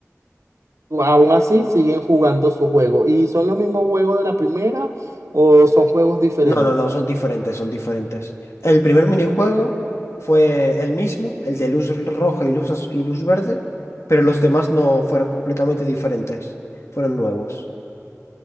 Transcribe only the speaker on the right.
O- Aún así, siguen jugando su juego. ¿Y son los mismos juegos de la primera o son juegos diferentes?